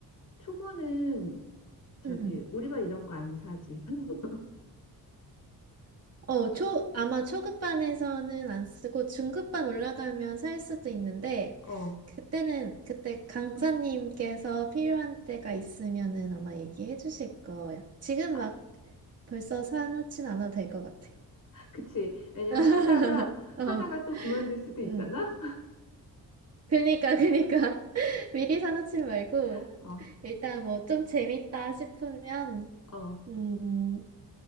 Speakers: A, on the left (about 55°); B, on the right (about 40°).
A: 초보는 저기
B: 음.
A: 우리발 이런 거 안 사지. <laughs>
B: 어, 초, 아마 초급반에서는 안 쓰고 중급반 올라가면 살 수도 있는데,
A: 어.
B: 그때는, 그때 강사님께서 필요한 때가 있으면은 아마 얘기해 주실 거야. 지금
A: 아,
B: 막 벌써 사놓진 않아도 될 것 같아.
A: 그치. 왜냐면
B: <laughs>
A: 하다가
B: 어,
A: 하다가 또 그만둘 수도 있잖아.
B: 음. 그니까, 그니까. <laughs> 미리 사놓지 말고,
A: <laughs> 어.
B: 일단 뭐 좀 재밌다 싶으면,
A: 어.
B: 음,